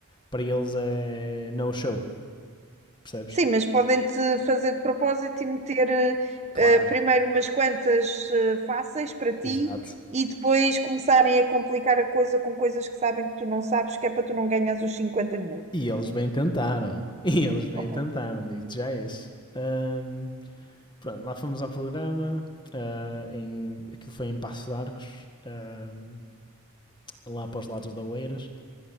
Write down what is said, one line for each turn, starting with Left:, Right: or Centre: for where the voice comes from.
Left: para eles é no show, percebes?
Right: Sim, mas podem-te fazer de propósito e meter eh,
Left: Claro,
Right: eh, primeiro umas quantas eh, fáceis para ti
Left: exato.
Right: e depois começarem a complicar a coisa com coisas que sabem que tu não sabes, que é para tu não ganhas os cinquenta mil.
Left: E eles bem tentaram. <laughs> E eles bem
Right: Ok.
Left: tentaram, digo-te já isso. Ahm, pronto, lá fomos ao programa. ah, em, aquilo foi em Passo de Arcos, ahm, lá para os lados da Oeiras.